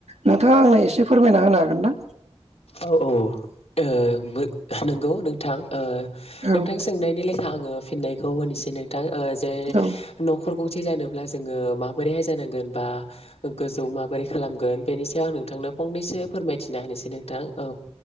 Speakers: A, on the right; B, on the left.
A: नोंथाङा आंनो एसे फोरमायना होनो हागोन ना
B: औ औ ओ दो नंगौ नोंथां ओ
A: औ
B: नोंथां सोंनायनि लेख -खायै आङो फिननायखौ होनोसै नोंथां जे
A: औ
B: न'खर गं -से जानोब्ला जोङो माबोरैहाय जानांगोन बा गोजौ माबोरै खालामगोन बेनि सायाव आं नोंथांनाव फंनैसो फोरथिना होनोसै नोंथां औ